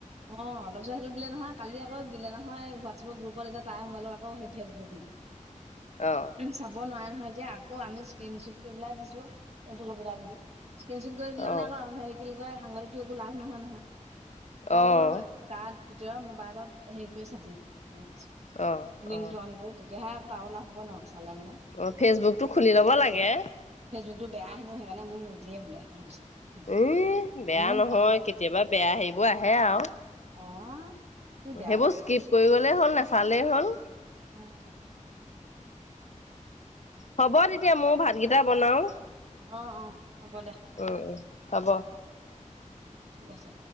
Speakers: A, on the right (about 55°); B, on the left (about 60°).
A: অ অলপ পিছত সিটো দিলে নহয়। কালি আকৌ দিলে নহয় হোৱাটচাপ গ্ৰুপত এতিয়া তাই মোবাইলত আকৌ ফেচবুকো নাই।
B: অ।
A: চাব নোৱাৰে নহয় এতিয়া আকৌ আমি স্ক্ৰীন চুট কৰি পেলাইহে দিছো এইটো কবিতা বুলি। স্ক্ৰীচুট কৰি দিলে
B: অ',
A: মানে আকৌ হেৰি কি বুলি কয় সাংবাদিকটো একো লাভ নহয় নহয় তই
B: অ',
A: বোলো তাত ভিতৰত মোবাইলত হেৰি কৰি চাবি বুলি
B: অ', অ',
A: লিংকটো
B: অ',
A: অন কৰি। তেতিয়াহে আক তাৰু লাভ হ'ব ন চালে মানে।
B: অ ফেচবুকটো খুলি ল'ব লাগে।
A: ফেচবুকটো বেয়া হেনো সেইকাৰণে মোৰ নিদিয়ে বোলে সেইকাৰণে কৈছে। সুধিছে
B: উ বেয়া
A: মোৰ
B: নহয়
A: ক
B: কেতিয়াবা বেয়া হেৰিবোৰ আহে আও।
A: অ। তুমি বেয়া
B: সেইবোৰ
A: পাও
B: স্কিপ কৰি গ'লেই হ'ল নাচালেই হ'ল।
A: উম।
B: হ'ব তেতিয়া ময়ো ভাতকেইটা বনাও।
A: অ অ হ'ব দে।
B: উ উ হব।
A: ঠিক আছে।